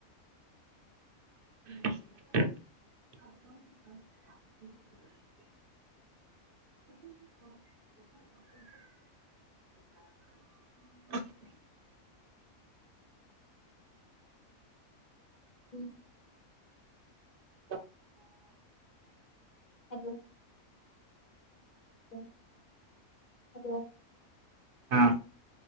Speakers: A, on the right (about 50°); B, on the left (about 35°).
A: <unintelligible> <unintelligible> <unintelligible>
B: हम्म
A: <unintelligible>
B: हॅलो हॅलो हॅलो
A: हा